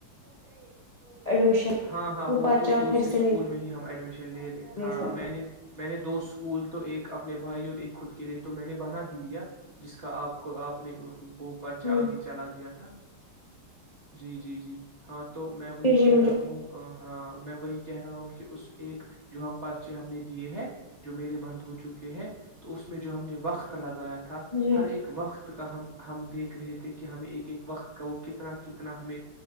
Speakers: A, on the right; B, on the left.
A: <unintelligible>
B: ایڈمیشن
A: ہاں ہاں وہ
B: پرچہ
A: تو دوسرے
B: پھر سے
A: اسکول
B: نہیں
A: میں ہی ہم ایڈمیشن لے رہے
B: دے
A: ہاں
B: سکتے
A: میں نے میرے دوست کول تو ایک اپنے بھائی اور ایک خود کے لیے تو میں نے بنا ہی لیا جس کا آپ کو آپ نے بو پرچہ
B: ہ
A: آگے چلا دیا تھا جی جی جی ہاں تو میں وہی
B: جی جی
A: کہہ
B: مجھے
A: رہا ہوں ہاں میں وہی کہہ رہا ہوں کہ اس ایک جو ہم پرچے ہم نے دیے ہے جو میرے بند ہو چکے ہیں تو اس میں جو ہم نے وقت لگ گیا تھا
B: جی
A: ہر ایک وقت کا ہم ہم دیکھ رہے تھے کہ ہمیں ایک ایک وقت کا وہ کتنا کتنا ہمیں